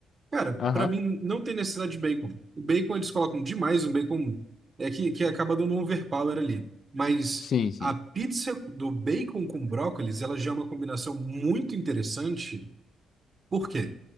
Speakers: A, on the right; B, on the left.
A: Cara,
B: Aham,
A: pra mim não tem necessidade de bacon. O bacon eles colocam demais, um bacon é que, que acaba dando um overpower ali. Mas
B: Sim, sim.
A: a pizza do bacon com brócolis, ela já é uma combinação muito interessante. Por quê?